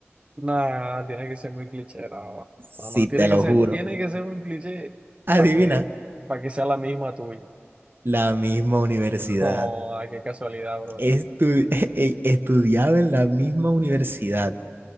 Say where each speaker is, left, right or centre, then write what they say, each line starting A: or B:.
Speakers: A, on the right; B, on the right.
A: Nah, tiene que ser muy cliché, no.
B: si
A: No, no, tiene
B: te
A: que
B: lo
A: ser,
B: juro.
A: tiene que ser un cliché
B: Adivina,
A: para que, para que sea la misma tuya. <laughs>
B: la misma universidad.
A: Oh, ay, qué casualidad, bro.
B: Estu- <laughs> eh, estudiaba en la misma universidad.